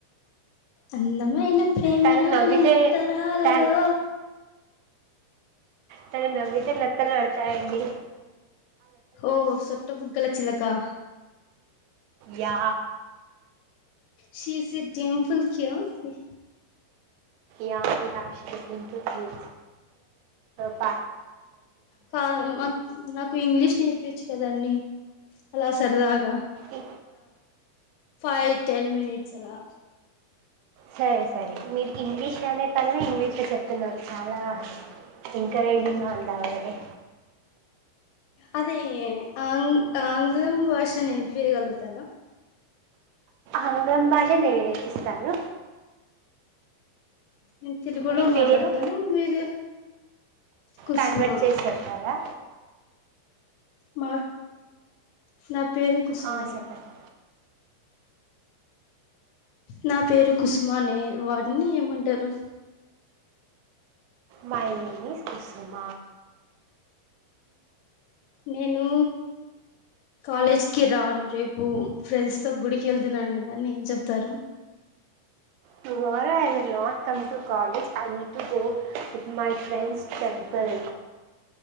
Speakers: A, on the left (about 80°); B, on the right (about 85°).
A: అందమైన ప్రేమ
B: తను
A: రాని
B: నవ్వితే
A: ఉత్తరాలలో
B: థ్యాంక్ తను నవ్వితే లొట్టలు పాడుతాయండి
A: ఓ సొట్ట బుగ్గల చిలకా
B: yeah
A: she is a Dimple <unintelligible>
B: yeah yeah she is a Dimple <unintelligible>
A: కా మాకు నాకు ఇంగ్లీష్ నేర్పచ్చు కదండి అలా సరదగా
B: ఇ
A: ఫైట్ టెన్ మనిట్స్ అలా
B: సరే సరే మీరు ఇంగ్లీష్ లోనే చెప్పల్లా ఇంగ్లీష్ చెప్తున్నారు చాలా ఎంకరేజింగ్గా ఉంది ఆవిడే
A: అదే ఆంగ్ ఆంగ్లం భాషను నేర్పియగలుగుతారా
B: ఆంగ్లం భాష నేర్పిస్తాను
A: నేను తెలుగులో
B: మీ
A: మాట్లాడతాను
B: పేరు
A: మీరు కుసుమ
B: కన్వర్ట్ చేసి చెప్పాలా
A: మా స్నాప్ పేరు కుసుమ
B: ఆ, చెప్పండి
A: నా పేరు కుసుమానే వర్డ్ ని ఏమంటారు
B: మై నేమ్ ఇస్ కుసుమ
A: నేను కాలేజ్కి రాను రేపు ఫ్రెండ్స్ తో గుడికి వెళ్తున్నాను అనే దాన్ని ఏం చెప్తారు
B: tomorrow I will not come to college I need to go with my friends temple